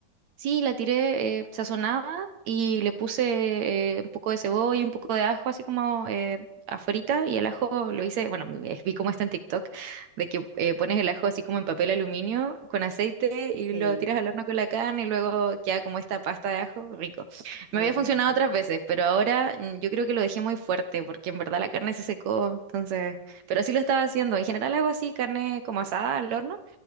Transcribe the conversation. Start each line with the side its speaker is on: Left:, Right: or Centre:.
Right: Sí, la tiré eh, sazonada y le puse eh, un poco de cebolla, un poco de ajo, así como eh, afuerita. Y el ajo lo hice, bueno, me- eh, vi cómo está en TikTok, de que eh, pones el ajo así como en papel aluminio con aceite y
Left: Sí,
Right: lo tiras al horno con la carne y luego queda como esta pasta de ajo, rico.
Left: muy
Right: Me había
Left: rico,
Right: funcionado
Left: sí.
Right: otras veces, pero ahora mm, yo creo que lo dejé muy fuerte porque en verdad la carne se secó, entonces, pero así lo estaba haciendo. En general hago así, carne como asada al horno